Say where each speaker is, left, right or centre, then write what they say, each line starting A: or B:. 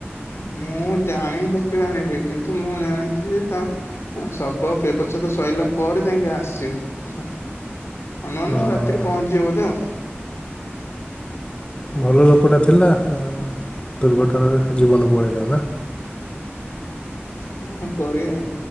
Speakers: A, on the left; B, on the left.
A: ମୁଁ ଜାଣିନି ତାକୁ କେବେ ଆଣିବେ କିନ୍ତୁ ମୁଁ ଜାଣିଚି ଯେ ତା ଆଁ ସବ ବ୍ୟବଚ୍ଛେଦ ସଇଲା ପରେ ଯାଇଁକି ଯାହା ଆସିବ ସ ଅନୁମାନ
B: ହଁ
A: ରାତିରେ ପହଞ୍ଚଯିବ ବୋଧେ ଆଉ।
B: ଭଲ ଲୋକଟା ଥିଲା ଆ ଦୁର୍ଘଟଣାରେ ଜୀବନ ପଳେଇଲା ନା।
A: କଣ କରିବା